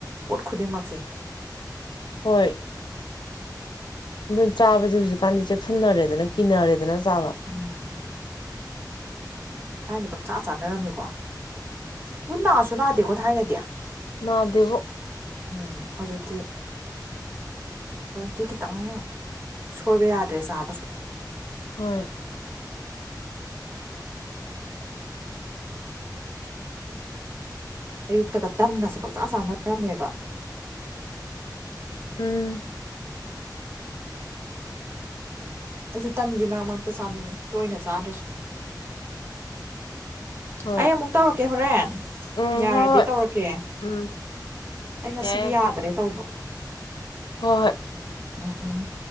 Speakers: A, on the right; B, on the left.
A: ꯄꯣꯠ ꯈꯨꯗꯤꯡꯃꯛꯁꯦ꯫
B: ꯍꯣꯏ꯫ ꯑꯗꯨꯅ ꯆꯥꯕꯁꯦ ꯍꯧꯖꯤꯛꯀꯥꯟꯗꯤ ꯆꯦꯛꯁꯤꯟꯅꯔꯦꯗꯅ ꯀꯤꯟꯅꯔꯦꯗꯅ ꯆꯥꯕ꯫
A: ꯎꯝ ꯊꯥꯏꯅ ꯄꯪꯆꯥ ꯆꯥꯅꯔꯝꯃꯤꯀꯣ ꯑꯗꯨꯝ ꯅꯥꯁꯨ ꯅꯥꯗꯦꯀꯣ ꯊꯥꯏꯅꯗꯤ
B: ꯅꯥꯗꯦꯕꯣ
A: ꯎꯝ ꯍꯧꯖꯤꯛꯇꯤ ꯍꯧꯖꯤꯛꯇꯤ ꯈꯤꯇꯪ ꯁꯣꯏꯕ ꯌꯥꯗ꯭ꯔꯦ ꯆꯥꯕꯁꯨ
B: ꯍꯣꯏ
A: ꯑꯌꯨꯛꯇꯒ ꯇꯟꯒꯁꯦ ꯄꯥꯛꯆꯥꯥ ꯆꯥꯅꯔꯝꯃꯦꯕ
B: ꯎꯝ
A: ꯑꯩꯁꯨ ꯇꯟꯗꯤ ꯃꯔꯛ ꯃꯔꯛꯇ ꯆꯥꯅꯤꯡꯉꯤ ꯇꯣꯏꯅ ꯆꯥꯗ꯭ꯔꯁꯨ
B: ꯍꯣꯏ
A: ꯑꯩ ꯑꯃꯨꯛ ꯇꯧꯔꯛꯀꯦ ꯍꯣꯔꯦꯟ
B: ꯎꯝ
A: ꯌꯥꯔꯗꯤ
B: ꯍꯣꯏ ꯍꯣꯏ
A: ꯇꯧꯔꯛꯀꯦ
B: ꯎꯝ
A: ꯑꯩ ꯉꯁꯤꯒꯤ
B: ꯌꯥꯏ ꯌꯥꯏ
A: ꯌꯥꯗ꯭ꯔꯦ ꯇꯧꯕ
B: ꯍꯣꯏ ꯍꯣꯏ
A: ꯎꯝ ꯎꯝ